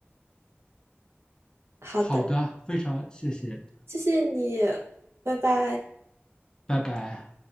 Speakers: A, on the right (about 65°); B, on the left (about 20°).
A: 好的。
B: 好的，非常谢谢，
A: 谢谢你，拜拜。
B: 拜拜。